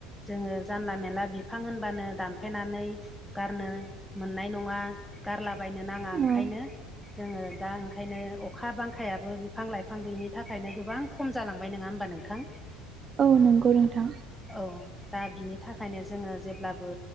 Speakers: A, in the centre; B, on the right.
A: जोङो जानला मानला बिफां होनबानो दानफेनानै गारनो मोननाय नङा गारलाबायनो नाङा ओंखायनो
B: औ
A: जोङो दा ओंखायनो अखा बांखायाबो बिफां लाइफां गैयिनि थाखायनो गोबां खम जालांबाय नङा होमबा नोंथां
B: औ नंगौ नोंथां
A: औ दा बिनि थाखायनो जोङो जेब्लाबो